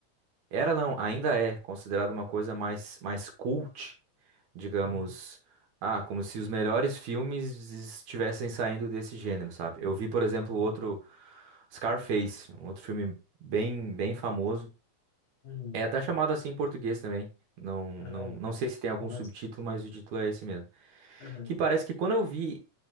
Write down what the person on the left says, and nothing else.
Uhum,
uhum,
uhum,
aham.
Não,
moto.
Aham,